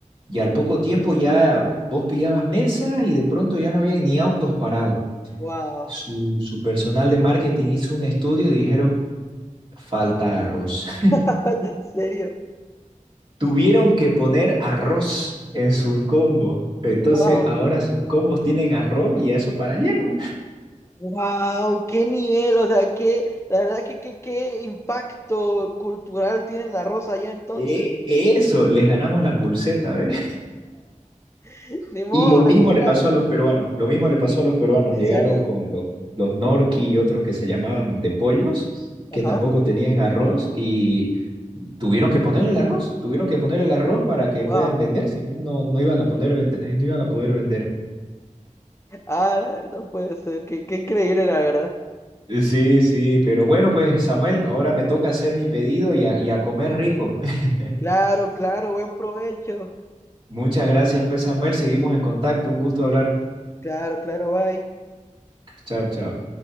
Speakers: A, on the right; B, on the left.
A: y al poco tiempo ya vos pillabas mesa y de pronto ya no había ni autos parados.
B: Wow.
A: Su, su personal de marketing hizo un estudio y dijeron, falta arroz.
B: <laughs>
A: <laughs>
B: En serio,
A: tuvieron que poner arroz en sus combos. Entonces
B: wow,
A: ahora sus combos tienen arroz y eso para lleno.
B: wow, qué nivel, o sea, qué, la verdad que qué, qué impacto cultural tiene la rosa allá entonces.
A: E- eso, les ganamos la pulseta, ¿ves?
B: <laughs> Ni modo,
A: Y lo
B: les
A: mismo
B: tocaba.
A: le pasó a los peruanos, lo mismo le pasó a los peruanos.
B: En
A: Llegaron
B: serio,
A: con los, los norqui y otros que se llamaban de pollos,
B: ajá,
A: que tampoco tenían arroz y tuvieron que ponerle el arroz, tuvieron que ponerle el arroz para que
B: wow,
A: puedan vender, si no, no, no iban a poner vende- eh, no iban a poder vender.
B: ah, no puede ser, qué, qué increíble la verdad.
A: Sí, sí, pero bueno, pues Samuel, ahora me toca hacer mi pedido y a, y a comer
B: Cierto.
A: rico. <laughs>
B: Claro, claro, buen provecho.
A: Muchas gracias, pues Samuel, seguimos en contacto, un gusto hablar.
B: Claro, claro, bye.
A: Chao, chao.